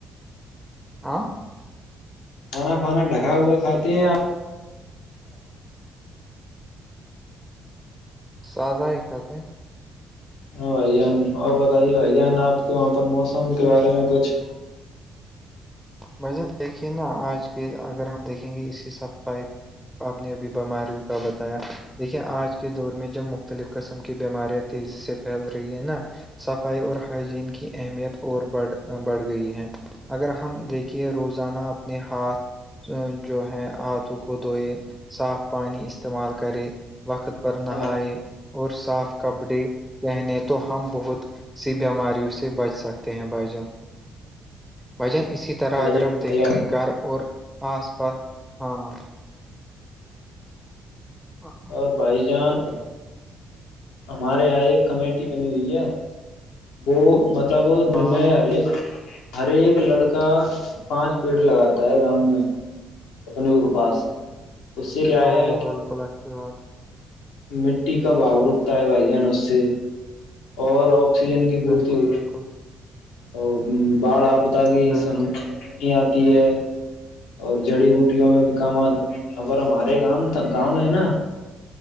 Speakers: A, in the centre; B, on the left (about 85°).
A: ہاں
B: کھانا پھانا ڈھکا ہوا کھاتے ہیں آپ
A: سادہ ہی کات ہیں
B: ہاں بھائی جان اور بتائیے بھآئی جان آپ کے وہاں پر موسم کے بارے میں کچھ
A: بھائی جان دیکھیے نا آج کے اگر ہم دیکھیں گے اس کی سفائی آپ نے ابھی بیماریوں کا بتایا دیکھیے آج کے دور میں جب مختلف قسم کی بیماریاں تیزی سے پھیل رہی ہے نا صفائی اور ہائجین کی اہمیت اور بڑھ گئی ہے اگر ہم دیکھے کہ روزانہ اپنے ہاتھ جو ہے ہاتھوں کو دھوئے صاف پانی کا استعمال کرے وقت پر نہائے
B: ہاں
A: اور صاف کپڑے پہنے تو ہم بہت سے بیماریوں سے بچ سکتے ہیں بھائی جان بھائی جان اسی طرح طرح
B: بھائی
A: اگر ہم دیکھیں
B: جان
A: گے گھر اور آس پاس ہاں ہاں
B: اور بھائی جان ہمارے یہاں ایک کمیٹی بنی ہوئی ہے وہ مطلب
A: ہاں
B: جو میں
A: ہاں
B: ہر ایک ہر ایک لڑکا پانچ پیڑ لگاتا ہے گاؤں میں اپنے گھرو کے پاس اس سے کیا
A: وہ
B: ہے
A: بالکل اچھی بات
B: مٹی کا بھاؤ رکتا ہے بھائی جان اس سے اور آکسیجن کی پورتی
A: بالکل
B: ہو
A: بالکل
B: اور باڑھ آپدا کی
A: بالکل
B: سمسیا کتنی آتی ہے اور جڑی بوٹیوں میں بھی کام آتا ہے یہاں پر ہمارے گاؤں مے تو کام ہے نا